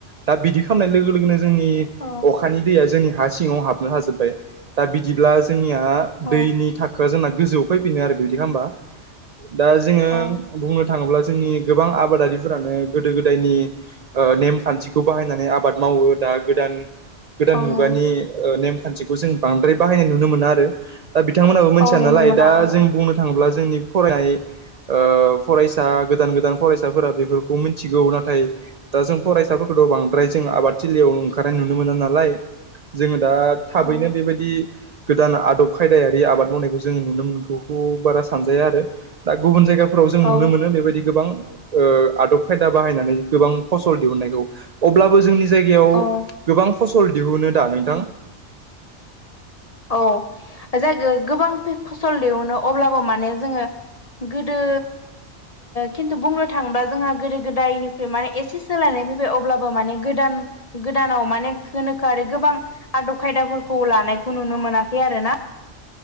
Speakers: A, on the right; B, on the left.
A: दा बिदि खालामनाय लोगो लोगोनो जोंनि
B: औ
A: अखानि दैया जोंनि हा सिङाव हाबनो हाजोबबाय दा बिदिब्ला जोंनिया
B: औ
A: दैनि थाखोआ जोंना गोजौआव फैफिदों आरो बिदि खामबा दा जोङो
B: औ
A: बुंनो थाङोब्ला जोंनि गोबां आबादारि फोरानो गोदो गोदायनि नेमखान्थिखौ बाहायनानै आबाद मावो दा गोदान गोदान
B: औ
A: मुगानि
B: नंगौ
A: ओ नेमखान्थिखौ जों बांद्राय बाहायनाय नुनो मोना आरो दा बिथांमोनहाबो मिथिया
B: औ नुनो
A: नालाय
B: मोना
A: दा
B: औ
A: जों बुंनो थाङोब्ला जोंनि फरायनाय ओ फरायसा गोदान गोदान फरायसाफोरा बेफोरखौ मिथिगौ नाथाय दा जों फरायसाफोरखौथ' बांद्राय जों आबाद थिलियाव ओंखारनाय नुनो मोना नालाय जोङो दा थाबैनो
B: औ
A: बेबायदि गोदान आदब खायदायारि आबाद मावनायखौ जोङो नुनो मोनखौ बारा सानजाया आरो दा गुबुन जायगाफोराव जों
B: औ
A: नुनो मोनो बेबायदि गोबां ओ आदब खायदा बाहायनानै गोबां फसल दिहुननायखौ अब्लाबो जोंनि जायगायाव
B: औ
A: गोबां फसल दिहुनो दा नोंथां
B: औ जाय गोबां फसल दिहुनो अब्लाबो माने जोङो गोदो खिन्थु बुंनो थाङोबा जोंहा गोदो गोदायनिख्रुइ माने एसे सोलायनाय फैबाय अब्लाबो माने गोदान गोदानाव माने गोनोखो आरो गोबां आदब खायदाफोरखौ लानायखौ बेखौ नुनो मोनाखै आरोना